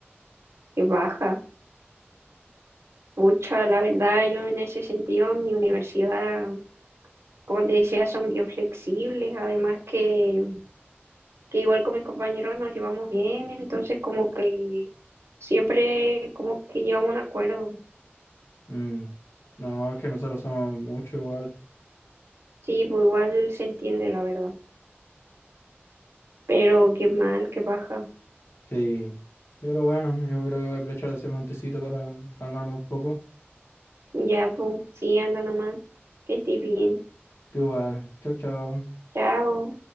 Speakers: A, on the right; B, on the left.
A: qué baja. Pucha, la verdad, yo en ese sentido, en mi universidad, como te decía, son bien flexibles, además que, que igual con mis compañeros nos llevamos bien, entonces como que siempre como que llegamos a un acuerdo.
B: mm, No, es que nosotros somos mucho igual.
A: Sí, pues igual se entiende, la verdad. Pero qué mal, qué baja.
B: Sí. Pero bueno, yo creo que voy a aprovechar de ese montecito para calmarme un poco.
A: Ya, pues, sí, anda nomás. Que estés bien.
B: Tú igual. Chao, chao.
A: Chao.